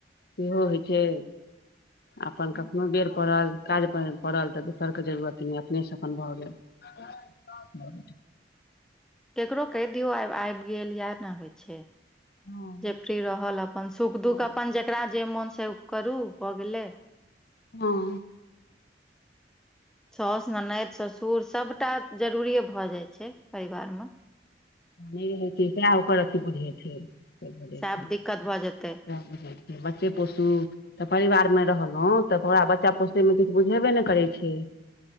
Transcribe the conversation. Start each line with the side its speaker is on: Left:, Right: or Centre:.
Left: सेहो होइत छै अपन कखनो बेर पड़ल। काज पड़ल तऽ दोसरके जरूरत नहि अपनेसँ अपन भऽ गेल।
Centre: केकरो कहि दियौ आ आबि गेल इाह ने होइ छै
Left: हँ
Centre: जे फ्री रहल आब। अपन सुख दुख
Left: हँ
Centre: अपन जेकरा जे मोन से करू भऽ गेले।
Left: हँ।
Centre: सौस ननदि ससुर सभटा जरूरिए भऽ जाइत छै परिवारमे।
Left: नहि रहै छै सएह ओकर अथी बुझैत छै बजै
Centre: सएब
Left: छै सएह
Centre: दिक्कत भऽ जेतै
Left: बझ छै। बच्चे पोसु तऽ परिवार मे रहलहुँ तऽ तोरा बच्चा पोसैमे किछु बुझेबे नहि करै छै।